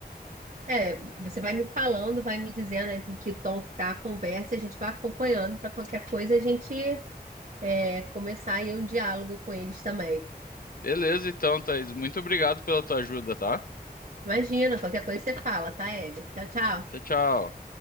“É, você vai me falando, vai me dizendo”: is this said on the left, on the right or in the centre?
Right